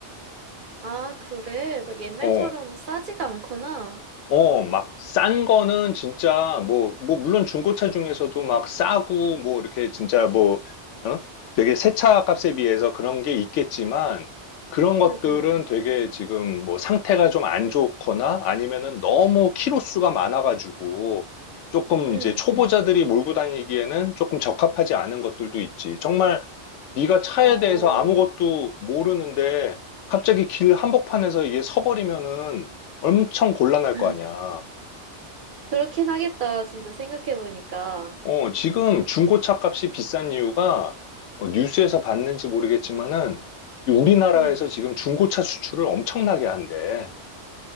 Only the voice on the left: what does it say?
어,
어, 막, 싼 거는 진짜, 뭐, 뭐, 물론 중고차 중에서도 막 싸고, 뭐, 이렇게 진짜 뭐, 어? 되게 새 차 값에 비해서 그런 게 있겠지만, 그런 것들은
되게 지금 뭐 상태가 좀 안 좋거나 아니면은 너무 키로수가 많아가지고, 조금
이제 초보자들이 몰고 다니기에는 조금 적합하지 않은 것들도 있지. 정말 네가 차에
대해서 아무것도 모르는데, 갑자기 길 한복판에서 이게 서버리면은 엄청 곤란할
거 아니야.
어, 지금 중고차 값이 비싼 이유가 어, 뉴스에서 봤는지 모르겠지만은 이 우리나라에서
지금 중고차 수출을 엄청나게 한대.